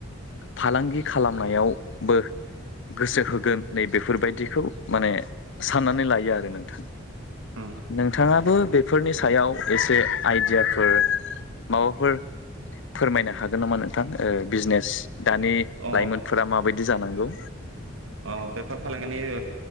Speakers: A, on the left; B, on the right.
A: फालांगि खालामनायावबो गोसो होगोन नै बेफोरबायदिखौ माने साननानै लायो आरो नोंथां।
B: नोंथां
A: नोंथाङाबो बे फोरनि सायाव एसे आइडियाफोर माबाफोर फोरमायनो हागोन नामा नोंथां बिजनेस दानि
B: अ
A: लाइमोनफोरा माबायदि जानांगौ
B: औ बेफार फालांगिनि